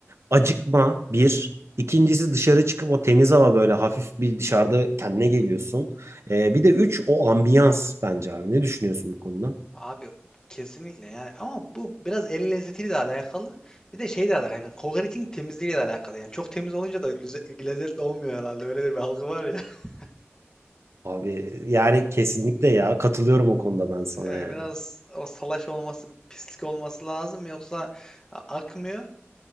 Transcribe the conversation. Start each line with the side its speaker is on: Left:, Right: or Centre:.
Right: acıkma bir. İkincisi dışarı çıkıp o temiz hava böyle hafif bir dışarıda kendine geliyorsun. Ee, bir de üç o ambiyans bence abi. Ne düşünüyorsun bu konuda?
Left: Abi kesinlikle yani ama bu biraz el lezzetiyle de alakalı. Bir de şey de alakalı. Yani kokoreçin temizliğiyle de alakalı. Yani çok temiz olunca da lüze- lezzetli olmuyor herhalde. Öyle de bir algı var ya. <laughs>
Right: Abi yani kesinlikle ya katılıyorum o konuda ben sana
Left: Yani
Right: yani.
Left: biraz o salaş olması, pislik olması lazım yoksa akmıyor.